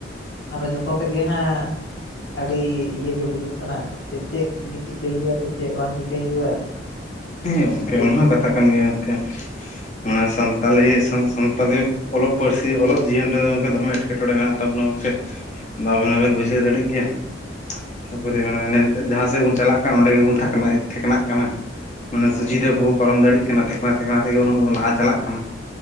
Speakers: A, on the left (about 60°); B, on the left (about 40°).
A: ᱟᱫᱚ ᱡᱷᱚᱛᱚ ᱛᱮᱜᱮ ᱦᱟᱸᱜ ᱟᱹᱰᱤ ᱤᱭᱮ ᱵᱩᱡᱩᱜ ᱠᱟᱱᱟ, ᱥᱮ ᱪᱮᱫ ᱜᱮ ᱪᱤᱠᱟᱹᱭ ᱦᱩᱭᱩᱜᱼᱟ, ᱥᱮ ᱪᱮᱫ ᱵᱟᱝ ᱪᱤᱠᱟᱹᱭ ᱦᱩᱭᱩᱜᱼᱟ᱾
B: ᱦᱮᱸ ᱜᱚᱝᱠᱮ
A: ᱟᱹᱰᱤ
B: ᱚᱱᱟᱦᱚᱸ ᱠᱟᱛᱷᱟ ᱠᱟᱱ ᱜᱮᱭᱟ ᱜᱚᱝᱠᱮ᱾ ᱢᱟᱱᱮ ᱥᱟᱱᱛᱟᱞᱤ ᱥᱟᱱᱛᱟᱞᱤ ᱚᱞᱚᱜ ᱯᱟᱹᱨᱥᱤ ᱚᱞᱚᱜ ᱡᱤᱭᱚᱱ ᱨᱮᱫᱚ ᱜᱚᱝᱠᱮ ᱫᱚᱢᱮ ᱮᱸᱴ ᱠᱮᱴᱚᱬᱮ ᱢᱮᱱᱟᱜ ᱛᱟᱵᱚᱱᱟ ᱜᱚᱢᱠᱮ,
A: ᱦᱮᱸ
B: ᱵᱟᱵᱮᱱ ᱵᱩᱡᱷᱟᱹᱣ ᱫᱟᱲᱮᱜ ᱜᱮᱭᱟ᱾ ᱛᱟᱯᱚᱨᱮ
A: ᱦᱮᱸ
B: ᱢᱟᱱᱮ ᱡᱟᱦᱟᱸ ᱥᱮᱫ ᱵᱚᱱ ᱪᱟᱞᱟᱜ ᱠᱟᱱ ᱚᱸᱰᱮ ᱜᱮᱵᱚᱱ ᱛᱷᱟᱠᱱᱟ ᱛᱷᱮᱠᱱᱟᱜ ᱠᱟᱱᱟ᱾ ᱢᱟᱱᱮ
A: ᱦᱳᱭ
B: ᱥᱩᱡᱷᱤᱛᱮ ᱵᱟᱵᱚᱱ ᱯᱟᱨᱚᱢ ᱫᱟᱲᱮᱭᱟᱜ ᱠᱟᱱᱟ ᱛᱷᱮᱠᱱᱟ ᱛᱦᱮᱠᱱᱟ ᱛᱮᱜᱮ ᱞᱟᱦᱟ ᱪᱟᱞᱟᱜ ᱠᱟᱱᱟ᱾